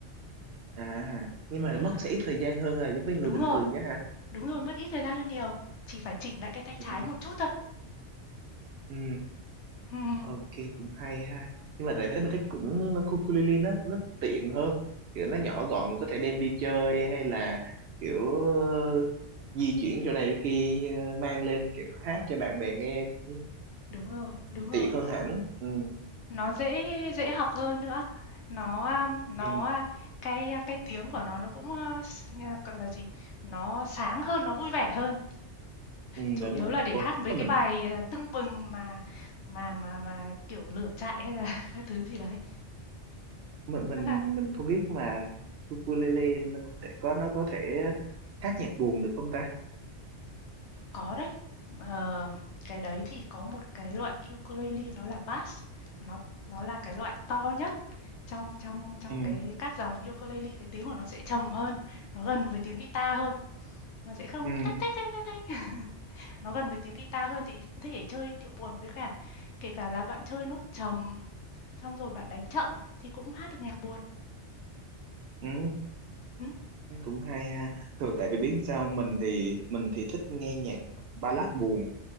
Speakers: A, on the right; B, on the left.
A: à nhưng mà
B: à,
A: mất sẽ ít thời gian hơn là giống với người
B: đúng
A: bình
B: rồi
A: thường chứ hả
B: đúng rồi mất ít thời gian hơn nhiều chỉ phải chỉnh lại cái tay
A: ừ,
B: trái một chút thôi <laughs>
A: ừ.
B: Ừm,
A: ok cũng hay ha nhưng mà
B: à,
A: tại thế mình thích cũng ukulele nó nó tiện hơn kiểu nó nhỏ gọn có thể đem đi chơi hay là kiểu ờ, di chuyển chỗ này chỗ kia ờ, mang lên kiểu hát cho bạn bè nghe cũng
B: đúng rồi đúng rồi
A: tiện hơn hẳn ừ,
B: nó dễ dễ học hơn nữa nó um, nó
A: ừ,
B: cái cái tiếng của nó nó cũng uh, s- gọi là gì nó sáng hơn nó vui vẻ hơn
A: ừ
B: Chủ
A: đúng
B: yếu
A: rồi
B: là để
A: ủa
B: hát mấy
A: mà
B: cái
A: mình
B: bài, à, tưng bừng mà mà mà mà, kiểu, lửa trại hay là <laughs> các thứ gì đấy.
A: mình mình
B: Rất là
A: mình không biết mà ukulele nó có thể có nó có thể hát nhạc buồn được không ta
B: có đấy, ờ, cái đấy thì có một cái loại ukulele nó là bass, nó nó là cái loại to nhất trong trong trong
A: ừ
B: cái các dòng ukulele, cái tiếng của nó sẽ trầm hơn, nó gần với tiếng guitar hơn, nó sẽ không
A: ừ
B: tách, tách, tách, tách, tách. Nó gần với tiếng guitar hơn thì có thể chơi điệu buồn với cả kể cả là bạn chơi nốt trầm, xong rồi bạn đánh chậm thì cũng hát được nhạc buồn.
A: ừ
B: Ừm.
A: Thấy cũng hay ha. Thường tại vì biết sao mình thì mình thì thích nghe nhạc ballad buồn.